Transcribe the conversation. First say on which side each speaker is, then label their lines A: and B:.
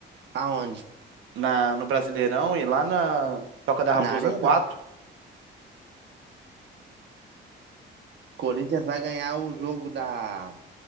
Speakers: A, on the right; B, on the right.
A: Aonde?
B: na, no Brasileirão e lá na Toca da Raposa
A: Na Arena?
B: 4.
A: Corinthians vai ganhar o jogo da,